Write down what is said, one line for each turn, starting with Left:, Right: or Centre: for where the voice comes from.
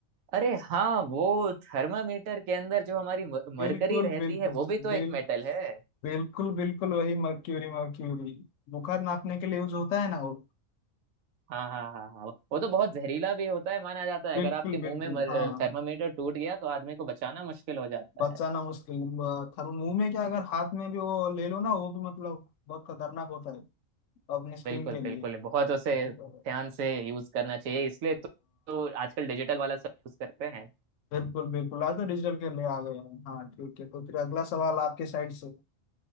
Right: अरे हाँ वो थर्मामीटर के अंदर जो हमारी मरकरी
Left: बिल्कुल
Right: रहती
Left: बिल्कुल
Right: है वो भी तो एक
Left: बिल
Right: मेटल है
Left: बिल्कुल बिल्कुल वही मर्क्यूरी मर्क्यूरी बुखार नापने के लिए यूज होता है ना वो
Right: हाँ हाँ हाँ हाँ वो तो बहुत जहरीला भी होता है माना जाता है
Left: बिल्कुल
Right: अगर आपके मुंह
Left: बिल्कुल
Right: में
Left: हाँ
Right: थर्मामीटर टूट गया तो आदमी को बचाना मुश्किल हो जाता
Left: बचाना
Right: है
Left: मुश्किल थर्मो मुंह में क्या अगर हाथ में भी वो ले लो ना वो भी मतलब बहुत खतरनाक होता है अपनी स्क्रीन
Right: बिल्कुल
Left: के
Right: बिल्कुल
Left: लिए
Right: बहुत उसे
Left: हाँ
Right: ध्यान से यूज करना चाहिए इसलिए तो, तो आजकल डिजिटल वाला सब यूज करते हैं
Left: बिल्कुल बिल्कुल आज तो डिजिटल के लिए आ गए हैं हाँ ठीक है तो फिर अगला सवाल आपके साइड से